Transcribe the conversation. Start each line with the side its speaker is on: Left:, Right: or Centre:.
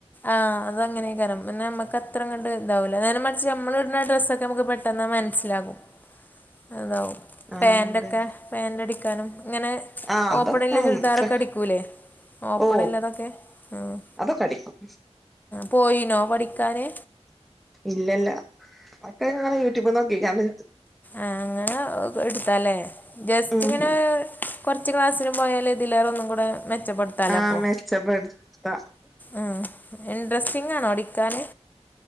Left: ആഹ് അത് അങ്ങനെക്കാരണം പിന്നെ നമക്ക് അത്ര അങ്ങട്ട് ഇതാവൂല നേരെമറിച്ച് നമ്മൾ ഇടുന്ന ഡ്രസ്സൊക്കെ നമുക്ക് പെ പെട്ടെന്ന് മനസ്സിലാകും അതാവും-
Centre: ആ
Left: പാൻ്റൊക്കെ
Centre: അതെ
Left: പാൻ്റ് അടിക്കാനും ഇങ്ങനെ
Centre: ആ അതൊക്കെ
Left: ഓപ്പണ്ല്ല ചുരിദാറൊക്കെ അടിക്കൂല്ലേ? ഓപ്പൺ
Centre: ഓ
Left: ഉള്ളതൊക്കെ ആഹ്
Centre: അതൊക്കെ അടിക്കും
Left: പോയിനോ പഠിക്കാന്?
Centre: ഇല്ലല്ല മക്കൾ ഇങ്ങനെ യൂട്യൂബ് നോക്കിക്കാണ്ട്
Left: ആഹ് അങ്ങനെ എടുത്തല്ലേ ജസ്റ്റ്
Centre: ഉം
Left: ഇങ്ങനെ കുറച്ച് ക്ലാസ്സിന് പോയാല് ഇതിലേറെ ഒന്നും കൂടെ മെച്ചപ്പെടുത്താലോ
Centre: ആഹ്
Left: അപ്പോൾ
Centre: മെച്ചപെടുത്താ
Left: ആ ഇൻട്രസ്റ്റിംഗ് ആണോ അടിക്കാന്?